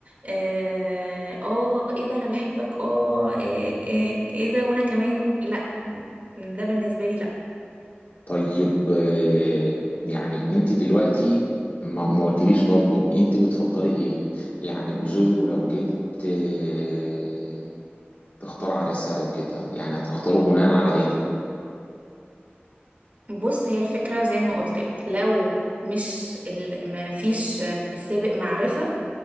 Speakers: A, on the right (about 40°); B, on the left (about 45°).
A: اه آه، ايه ده انا بحبك اه آه، آه، ايه ده وانا كمان لا ده بالنسبة لي لا
B: طيب آه، يعني انت دلوقتي ما ما قلتليش برضو انت بتفضلي ايه يعني زوزو لو جيت آه، تختار عريسها او كده يعني هتختاره بناء على ايه
A: بص هي الفكرة زي ما قلت لك لو مش ال... ما فيش السابق معرفة